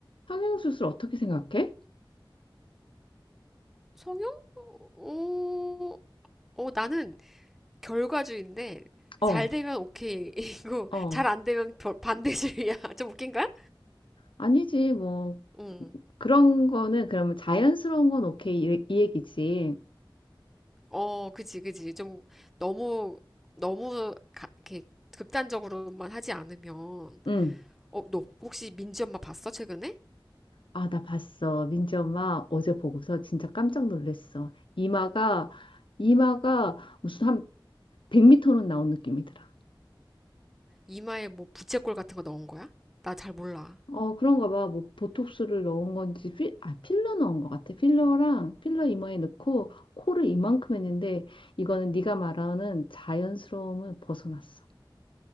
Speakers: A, on the left; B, in the centre.
A: 성형수술 어떻게 생각해?
B: 성형? 어, 어, 나는 결과주의인데,
A: 어,
B: 잘 되면 오케이이고,
A: 어.
B: <laughs> 잘 안 되면 별- 반대주의야. <laughs> 좀 웃긴가?
A: 아니지, 뭐.
B: 응.
A: 그런 거는 그러면 자연스러운 건 오케이. 이, 이 얘기지.
B: 어, 그지, 그지. 좀 너무, 너무, 가- 이렇게 극단적으로만 하지 않으면,
A: 응.
B: 어, 너 혹시 민지 엄마 봤어? 최근에?
A: 아, 나 봤어. 민지 엄마 어제 보고서 진짜 깜짝 놀랐어. 이마가, 이마가 무슨 한 100m는 나온 느낌이더라.
B: 이마에 뭐 부채꼴 같은 거 넣은 거야? 나 잘 몰라.
A: 어, 그런가 봐. 뭐, 보톡스를 넣은 건지, 필, 아, 필러 넣은 것 같아. 필러랑, 필러 이마에 넣고, 코를 이만큼 했는데, 이거는 네가 말하는 자연스러움을 벗어났어.